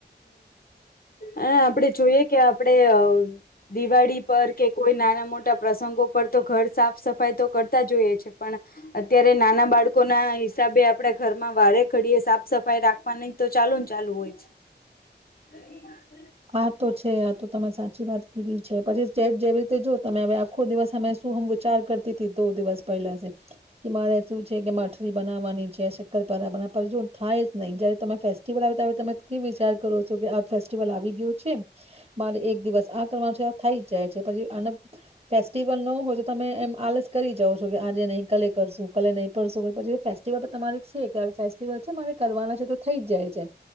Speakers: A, on the left; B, on the right.
A: હ આપડે જોઈએ કે આપડે દિવાળી પર કે કોઈ નાના <inaudible> મોટા પ્રસંગો પર તો ઘર સાફ સફાઈ તો કરતા જ હોઈએ છે, પણ અત્યારે નાના બાળકો ના હિસાબે આપડણે ઘરમાં વારે ઘડીએ સાફ સફાઈ રાખવાની <inaudible>
B: આ તો છે આ તો તમે <unintelligible> છે, પછી <unintelligible> જેવી રીતે જો <unintelligible> હવે આખો દિવસ અમે શું <unintelligible> વિચાર કરતી <unintelligible> દિવસ પહેલા કે મારે <unintelligible> કે માઠલી બનાવાની છે, શક્કરપારા બનાવવા જો થાય જ નહીં જયારે તમે ફેસ્ટિવલ આવે ત <unintelligible> કે વિચાર કરો <unintelligible> કે આ ફેસ્ટિવલ આવી મારે એક દિવસ આ કરવા છે, થઈ જ જાય છે, પછી ફેસ્ટિવલ ન હોય તો તમે એમ આલસ કરી જાવ છો કે આજે નહી કલે કરશું કલે નહી <unintelligible> પછી ફેસ્ટિવલ તમા છે, ફેલ છેરે કરવાના છે, તો થઈ જ જાય છે,